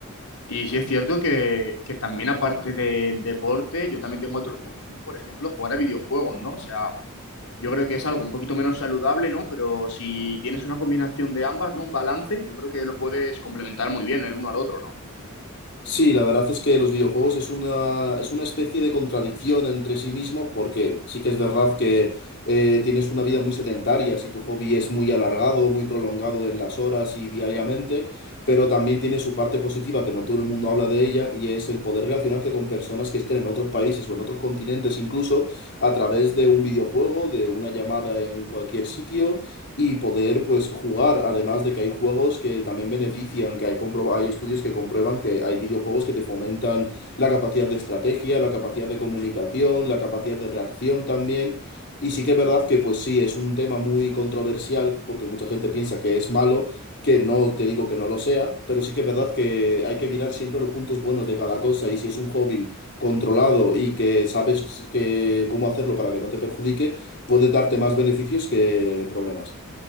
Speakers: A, on the left (about 90°); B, on the left (about 55°).
A: Y sí es cierto que, que también aparte del deporte, yo también tengo otro, por ejemplo, jugar a videojuegos, ¿no? O sea, yo creo que es algo un poquito menos saludable, ¿no? Pero si tienes una combinación de ambas, ¿no? Un balance, yo creo que lo puedes complementar muy bien el uno al otro, ¿no?
B: Sí, la verdad es que los videojuegos es una, es una especie de contradicción entre sí mismo, porque sí que es verdad
A: Ajá.
B: que eh, tienes una vida muy sedentaria si tu hobby es muy alargado, muy prolongado en las horas y diariamente, pero también tiene su parte positiva, que no todo el mundo habla de ella, y es el poder relacionarte con personas que estén en otros países o en otros continentes incluso, a través de un videojuego, de una llamada en cualquier sitio y poder pues jugar. Además de que hay juegos que también benefician, que hay, compro- hay estudios que comprueban que hay videojuegos que te fomentan la capacidad de estrategia, la capacidad de comunicación, la capacidad de reacción también. Y sí que es verdad que pues sí, es un tema muy controversial porque mucha gente piensa que es malo, que no te digo que no lo sea, pero sí que es verdad que hay que mirar siempre los puntos buenos de cada cosa y si es un hobby controlado y que sabes que cómo hacerlo para que no te perjudique, puede darte más beneficios que problemas.